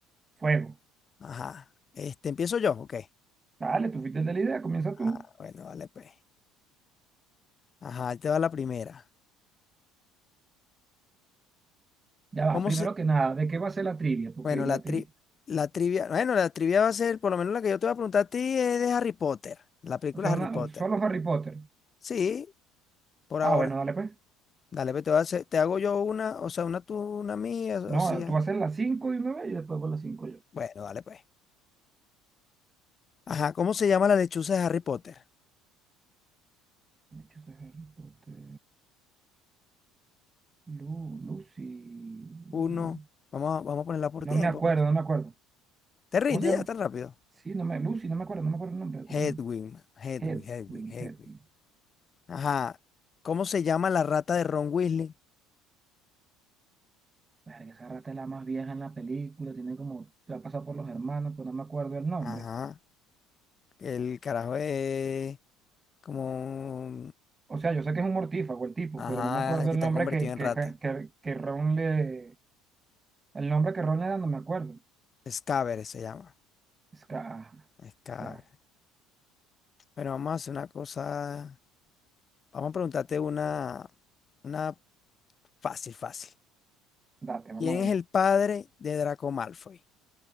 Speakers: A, on the right; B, on the left.
A: Fuego.
B: Ajá. Este, ¿empiezo yo? Ok.
A: Dale, tú fuiste el de la idea, comienza tú.
B: Ah, bueno, dale, pe. Ajá, ahí te va la primera.
A: Ya va,
B: ¿Cómo
A: primero
B: se,
A: que nada, ¿de qué va a ser la trivia? Porque
B: Bueno,
A: la
B: la
A: tri...
B: tri- la trivia, bueno, la trivia va a ser, por lo menos la que yo te voy a preguntar a ti es de Harry Potter, la película
A: O sea,
B: Harry
A: una...
B: Potter.
A: solo Harry Potter.
B: Sí, por
A: Ah,
B: ahora.
A: bueno, dale pues.
B: Dale, pues te voy a hacer- te hago yo una, o sea, una tú, una mía,
A: No,
B: o sea.
A: tú haces las 5 de una vez y después voy a las cinco yo.
B: Bueno, dale pues. Ajá, ¿cómo se llama la lechuza de Harry Potter?
A: Han hecho ese Harry Potter. Lu, Lucy. Lu-
B: Uno, vamos a, vamos a ponerla por
A: No
B: tiempo,
A: me acuerdo,
B: porque
A: no me acuerdo.
B: te rinde
A: ¿Cómo se llama?
B: ya tan rápido.
A: Sí, no me... Lucy, no me acuerdo, no me acuerdo el nombre, te
B: Hedwig,
A: lo juro.
B: man, Hedwig,
A: Hedwig,
B: Hedwig, Hedwig.
A: Hedwig.
B: Ajá, ¿cómo se llama la rata de Ron Weasley?
A: Verga, esa rata es la más vieja en la película, tiene como, ya ha pasado por los hermanos, pero no me acuerdo el nombre.
B: Ajá, el carajo es como...
A: O sea, yo sé que es un mortífago el tipo,
B: Ajá,
A: pero no me acuerdo
B: que
A: el
B: te
A: nombre
B: han convertido
A: que,
B: en
A: que,
B: rata.
A: ja, que, que Ron le... El nombre que Ron le da no me acuerdo.
B: Scaber se llama.
A: Es que, ah,
B: Scaber.
A: ya,
B: Bueno, vamos a hacer una cosa. Vamos a preguntarte una, una fácil, fácil.
A: date, vamos
B: ¿Quién
A: a
B: es
A: ver.
B: el padre de Draco Malfoy?